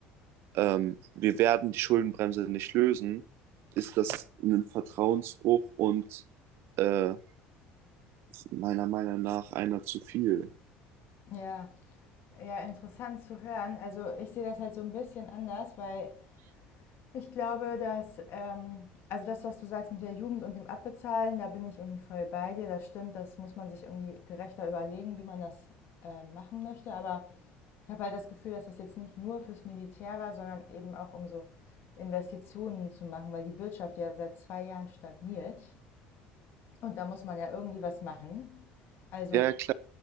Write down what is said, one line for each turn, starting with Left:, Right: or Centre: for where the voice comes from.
Right: ähm, wir werden die Schuldenbremse nicht lösen, ist das ein Vertrauensbruch und äh, meiner Meinung nach einer zu viel.
Left: Ja, ja, interessant zu hören. Also ich sehe das halt so ein bisschen anders, weil Ich glaube, dass, ähm, also das, was du sagst mit der Jugend und dem Abbezahlen, da bin ich irgendwie voll bei dir. Das stimmt, das muss man sich irgendwie gerechter überlegen, wie man das äh, machen möchte. Aber ich habe halt das Gefühl, dass das jetzt nicht nur fürs Militär war, sondern eben auch um so Investitionen zu machen, weil die Wirtschaft ja seit zwei Jahren stagniert. Und da muss man ja irgendwie was machen. Also
Right: Ja, klar.